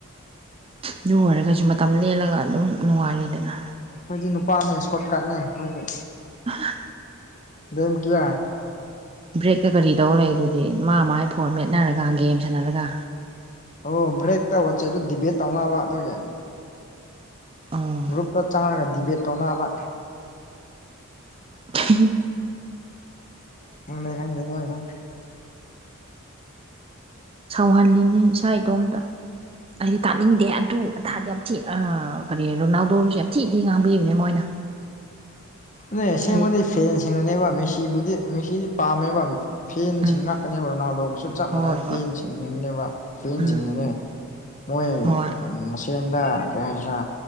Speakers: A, on the right; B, on the left.
A: ꯨ ꯑꯗꯨ ꯑꯣꯏꯔꯒꯁꯨ ꯃꯇꯝ ꯂꯦꯜꯂꯒ ꯑꯗꯨꯝ ꯅꯨꯡꯉꯥꯏꯔꯤꯗꯅ
B: ꯑꯩꯈꯣꯏꯗꯤꯦ ꯅꯨꯄꯥꯅꯦ ꯁꯣꯠꯀꯠꯅꯦ ꯈꯣꯏꯗꯤ
A: ꯑꯍꯥ
B: ꯅꯪ ꯀꯤꯌꯥ
A: ꯕ꯭ꯔꯦꯛꯇ ꯀꯔꯤ ꯇꯧꯔ ꯂꯩ ꯑꯗꯨꯗꯤ ꯃꯥ ꯃꯥꯏ ꯐꯣꯟ ꯃꯦꯠꯅꯔꯒ ꯒꯦꯝ ꯁꯥꯟꯅꯔꯒ
B: ꯑꯣ ꯕ꯭ꯔꯦꯛꯇ ꯋꯥꯆꯦꯞꯇ ꯗꯤꯕꯦꯠ ꯇꯧꯅꯕ ꯑꯗꯨꯒꯤ
A: ꯑꯣ
B: ꯒ꯭ꯔꯨꯞꯇ ꯆꯪꯔꯒ ꯗꯤꯕꯦꯠ ꯇꯧꯅꯕ
A: ꯍꯤ ꯍꯤ
B: <unintelligible>
A: ꯁꯧꯍꯜꯂꯤꯅꯤ ꯏꯁꯥ ꯏꯇꯣꯝꯇ ꯑꯩꯗꯤ ꯇꯥꯅꯤꯡꯗꯦ ꯑꯗꯨ ꯑꯗꯥꯥꯗꯤ ꯌꯥꯝ ꯊꯤ ꯑ ꯀꯔꯤ ꯔꯣꯅꯥꯜꯗꯣꯁꯨ ꯌꯥꯝ ꯊꯤ ꯊꯤ ꯉꯥꯡꯕꯤꯕꯅꯦ ꯃꯣꯏꯅ
B: ꯅꯣꯏ ꯑꯁꯦꯡꯕꯗꯤ
A: ꯑꯩ
B: ꯐꯦꯟꯁꯤꯅꯦꯕ ꯃꯦꯁꯤ ꯁꯤꯕꯨꯗꯤ ꯃꯤꯁꯤꯗꯤ ꯄꯥꯝꯃꯦꯕ ꯐꯦꯟꯁꯤꯡ
A: ꯎꯝ
B: ꯉꯥꯛꯇꯅꯦꯕ ꯔꯣꯅꯥꯜꯗꯣꯒꯤꯁꯨ ꯆꯞ
A: ꯍꯣꯏ
B: ꯃꯥꯟꯅꯩ
A: ꯍꯣꯏ
B: ꯐꯦꯟꯁꯤꯡꯅꯅꯦꯕ ꯐꯦꯟꯁꯤꯡꯗꯨꯅꯦ
A: ꯎꯝ
B: ꯃꯣꯏ
A: ꯍꯣꯏ
B: ꯃꯁꯦꯟ ꯗꯥ ꯀꯩ ꯍꯥꯏꯁꯤꯔꯥ